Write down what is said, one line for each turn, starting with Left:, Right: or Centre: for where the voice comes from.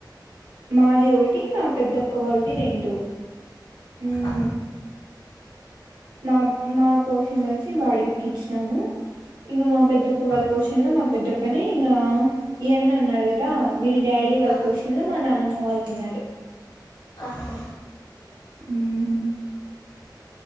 Right: మాది ఒకటి మా పెద్దప్ప
Left: పక్కన
Right: వాళ్లది రెండు ఉం
Left: ఆహా
Right: మా మా పోర్షన్లో నుంచి వాడికి ఇచ్చినాము ఇంకా మా పెద్దప్ప వాళ్ళ
Left: ఆ
Right: పోర్షన్లో మా పెద్దప్పని ఇంగ ఈ అన్న ఉన్నాడు కదా వీళ్ళ డాడీ వాళ్ళ
Left: ఆ
Right: పోషన్ లో మా నాన్నమ్మ వాళ్ళ ఉన్నారు
Left: ఆహా
Right: ఉహూ